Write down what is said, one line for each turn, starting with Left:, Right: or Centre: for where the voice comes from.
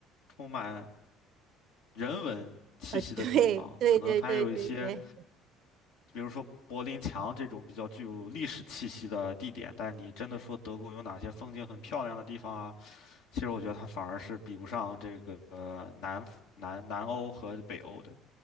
Left: 充满人文气息的地方，
Right: 呃，<laughs> 对对对对对对，
Left: 可能它有一些，比如说柏林墙这种比较具有历史气息的地点。但你真的说德国有哪些风景很漂亮的地方啊？其实我觉得它反而是比不上这个呃南南南欧和北欧的。